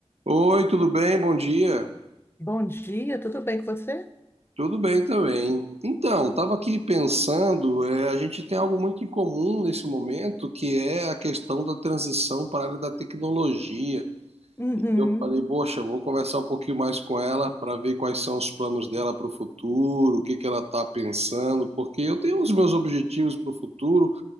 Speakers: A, on the right; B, on the left.
A: Oi, tudo bem? Bom dia.
B: Bom dia, tudo bem com você?
A: Tudo bem também. Então, estava aqui pensando, é, a gente tem algo muito em comum nesse momento, que é a questão da transição para a área da tecnologia.
B: Uhum,
A: Eu falei, poxa, vou conversar um pouquinho mais com ela para ver quais são os planos dela para o futuro, o que que ela está pensando, porque eu tenho os meus objetivos para o futuro,